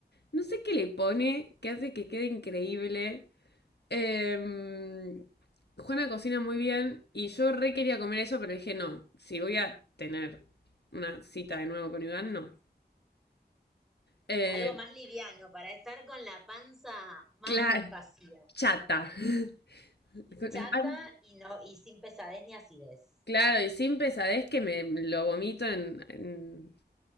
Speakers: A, on the left; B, in the centre.
A: no sé qué le pone, que hace que quede increíble. Em, Juana cocina muy bien y yo re quería comer eso, pero dije, no, si voy a tener una cita de nuevo con Iván, no. Eh,
B: Algo más liviano para estar con la panza más
A: claro,
B: vacía.
A: chata. <laughs> Con
B: Chata
A: la pan-
B: y no, y sin pesadez ni acidez.
A: Claro, y sin pesadez que me lo vomito en... en-